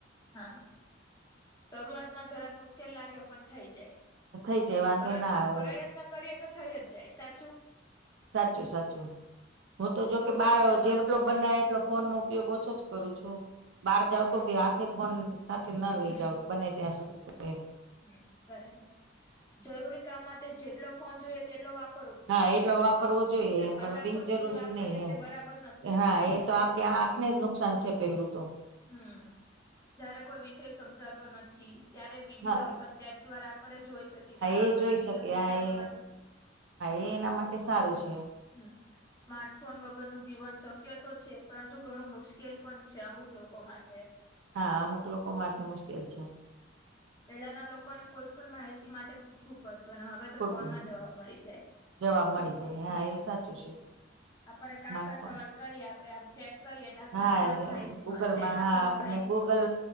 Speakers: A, on the left; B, on the right.
A: હા શરૂઆતમાં જરાક મુશ્કેલ લાગે પણ થઈ જાય
B: થઈ જાય વાંધો
A: પ્રત્ન
B: ના આવે
A: પ્રયત્ન કરીએ તો થઈ જ જાય સાચું
B: સાચું સાચું હું તો જો
A: જરૂરી
B: કે બળ
A: કામ
B: જે
A: માટે
B: એટલો બને એટલો ફોન નો ઉપયોગ ઓછો જ કરું છું બહાર જાાવ
A: હમ
B: તો હાથે ફોન સાથે ના લઈ
A: હમ
B: જાવ બને ત્યાં સુધી તો એમ
A: હમ બરાબર જરૂરી કામ માટે જેટલો ફોન જોઈએ તેટલો વાપર
B: હા એટલો વાપરવો જોઈએ એમ
A: કલાકો
B: પણ બિનજરૂરી
A: સુધી વાપરીએ
B: નહીિ
A: તે બરાબર નથી
B: એમ હા એ તો આપડ હાથ ને જ નુકસાન છે પેલું તો
A: હમ જયારે કોઈ વિષય સમજાતો નથી ત્યારે વિડીિયો
B: હા
A: અથવા ચેટ દ્વારા પરે જોઈ શકીએ કે હા
B: એ
A: મને
B: જોઈ
A: આ વિડીયો
B: શકે
A: સમજાતો
B: આ એ
A: નથી
B: એ
A: હા
B: એના માટે સારું છે
A: હમ સ્માર્ટફોન વગર નું જીવન શક્ય તો છે. પરંતુ ઘણું મુશ્કેલ પણ છે અમુક લોકો માટે.
B: હા અમુક લોકો માટે મુશ્કેલ છે.
A: પેલાના લોકોને કોઈ પણ માહિતી માટે પૂછવું પડત તો હવે તો
B: પૂરતું
A: ફોનમાં જવાબ મળી જાય
B: જવાબ મળી હા એ સાચું છે
A: <unintelligible>
B: સ્માર્ટફોન
A: સવાલ કરીએ આપડે આમ ચેટ કરીએ એટલે આપને
B: હા
A: તરત માહિતી
B: ગૂગલમાં
A: મળે સેકન્ડો
B: હા
A: માં
B: આપણને
A: માહિતી
B: ગૂગલ
A: મળે.